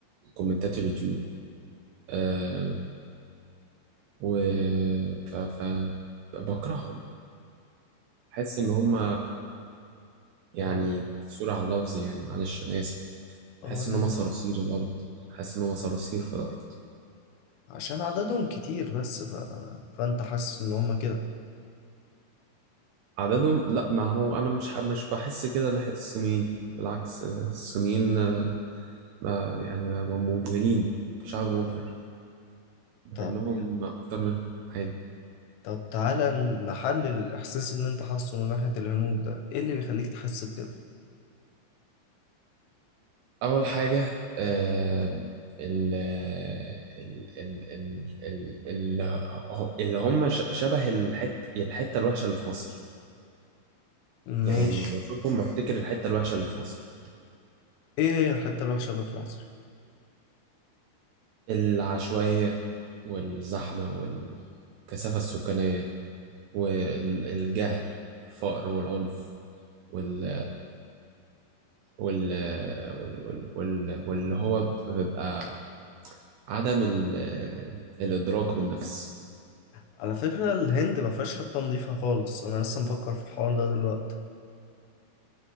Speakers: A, on the right (about 80°); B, on the left (about 80°).
A: كومنتات اليوتيوب آه و ف ف بكرههم بحس ان هم يعني
B: اه
A: سوري على اللفظ يعني معلش انا اسف
B: اه
A: بحس
B: لا
A: ان هم صراصير الارض بحس ان هم صراصير في الارض
B: عشان عددهم كتير بس ف... فانت حاسس ان هم كده
A: عددهم لا ما هو انا مش ح- مش بحس كده ناحية الصينيين بالعكس آه، الصينيين آه، آه، يعني ما- ما مبهرين شعب مبهر مع
B: طب
A: انهم اكتر منهم عادي
B: طب تعالى نحلل الإحساس اللي أنت حاسه من ناحية الهنود ده، إيه اللي بيخليك تحس بكده؟
A: اول حاجة آه، ال ال ال ال ال- ال- اللي هم ش- شبه الحتة الحتة الوحشة اللي في مصر
B: ماشي،
A: يعني لما بشوفهم بفتكر الحتة الوحشة اللي في مصر
B: إيه هي الحتة الوحشة اللي في مصر؟
A: العشوائية والزحمة والكثافة السكانية والجهل الفقر والعنف وال وال وال وال وال- واللي هو بيبقى عدم ال... الإدراك بالنفس
B: على فكرة الهند ما فيهاش حتة نظيفة خالص، أنا لسه مفكر في الحوار ده دلوقتي،